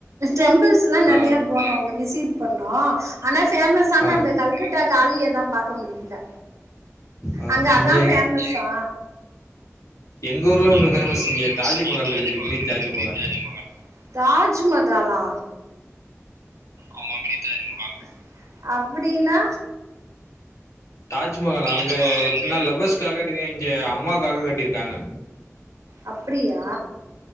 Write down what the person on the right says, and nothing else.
டெம்பிள்ஸ்லா
நெறையா போனோ அங்க விசிட் பண்ணே ஆனா பேமஸ்ன
அந்த கல்கட்டா காலிய தா பாக்க முடியில
அங்க அதா
பேமஸ்சா
எங்
ஊர்ல ஒன்னு பேமஸ்
இங்க தாஜிமகால்
இருக்குது
பெரிய த்யாஜிமகா தாஜ்மகாலா ஆமா மினி தாஜ்மஹால் அப்புடினா
தாஜ்மஹால்
அங்க
அப்டியா